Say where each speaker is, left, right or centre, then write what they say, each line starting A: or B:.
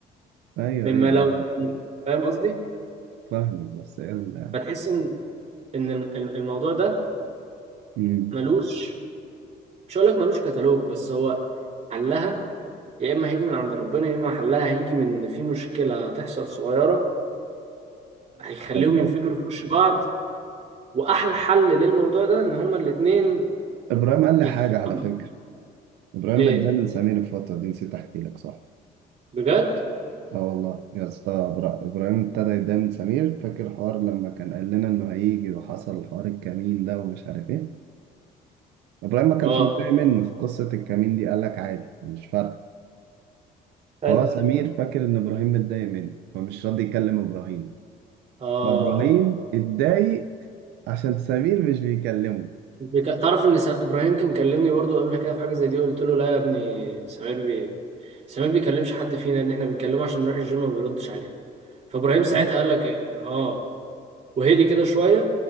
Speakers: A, on the right (about 80°); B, on the right (about 40°).
A: أيوه
B: مما
A: أيوه
B: لو فاهم قصدي
A: فاهمك بس إيه ال-
B: فتحس ان ان الم- الموضوع ده
A: مم.
B: ملوش مش هقول لك ملوش كتالوج بس هو حلها يا اما هيجي من عند ربنا يا اما حلها هيجي من إن في مشكله هتحصل صغيره هيخليهم
A: طيب.
B: ينفجروا في وش بعض واحلى حل للموضوع ده ان هما الاتنين
A: إبراهيم قال لي
B: يتفهموا
A: حاجة على فكرة إبراهيم
B: ايه
A: متضايق من سمير الفترة دي نسيت أحكي لك صح
B: بجد
A: اه والله يا اسطى إبرا- ابراهيم ابتدى يتضايق من سمير فاكر الحوار لما كان قال لنا انه هيجي وحصل حوار الكمين ده ومش عارف ايه ابراهيم ما
B: اه
A: كانش متضايق منه في قصه الكمين دي قال لك عادي مش فارقه
B: حلو
A: فهو سمير فاكر ان ابراهيم متضايق منه فمش راضي يكلم ابراهيم
B: اه
A: فابراهيم اتضايق عشان سمير مش بيكلمه
B: بك... تعرف ان س... ابراهيم كان كلمني برضه قبل كده في حاجه زي دي قلت له لا يا ابني سمير بي سمير بيكلمش حد فينا يا ابني احنا بنكلمه عشان نروح الجيم ما بيردش علينا فابراهيم ساعتها
A: بالظبط
B: قال لك إيه؟ اه وهدي كده شويه